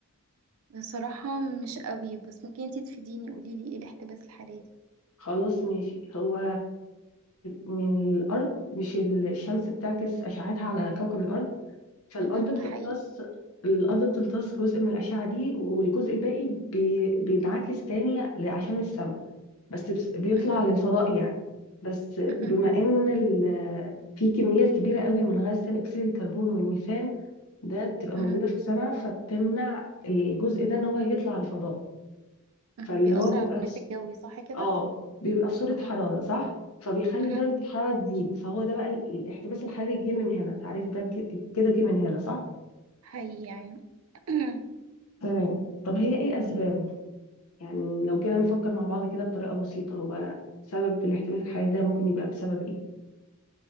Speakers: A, on the right; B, on the left.
A: بصراحة مش قوي بس ممكن انتي تفيديني قوليلي ايه الاحتباس الحراري
B: خلاص ماشي هو من الارض مش الشمس بتعكس اشعتها على كوكب الارض فالارض
A: اها
B: بتمتص
A: ده حقيقي
B: الارض بتمتص جزء من الاشعة دي والجزء الباقي بي... بينعكس تاني ل- عشان السماء بس بس- بيطلع
A: اها
B: للفضاء يعني بس
A: اها
B: بما ان ال... في كميات كبيرة قوي من غاز ثاني أكسيد الكربون والميثان ده بتبقى
A: اها
B: موجودة في السماء فبتمنع الجزء ده إن هو يطلع الفضاء
A: اها
B: فاللي
A: بيأثر
B: هو بيبقى
A: على الغلاف
B: في ص-
A: الجوي صح كده؟
B: اه بيبقى في صورة
A: اها
B: حرارة صح فبيخلي
A: اها
B: درجة الحرارة تزيد فهو ده بقى ال- الاحتباس الحراري جه من هنا تعريف ده ك- كده جه من هنا صح
A: حقيقي يعني <clears throat>
B: تمام طب هي ايه اسبابه يعني لو جينا نفكر مع بعض كده بطريقة بسيطة هو سبب الاحتباس الحراري ده ممكن يبقى بسبب ايه